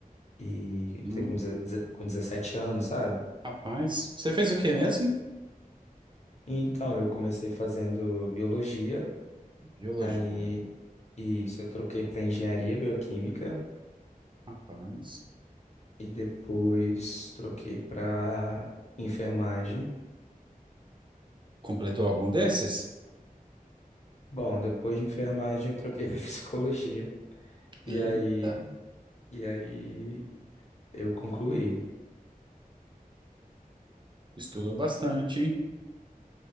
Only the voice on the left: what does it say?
e entrei
com deze- deze- com 17 anos, sabe?
Então, eu comecei fazendo biologia.
Aí, isso, eu troquei para engenharia bioquímica
e depois troquei para enfermagem.
Bom, depois de enfermagem eu troquei <laughs> para psicologia e
aí e aí eu concluí.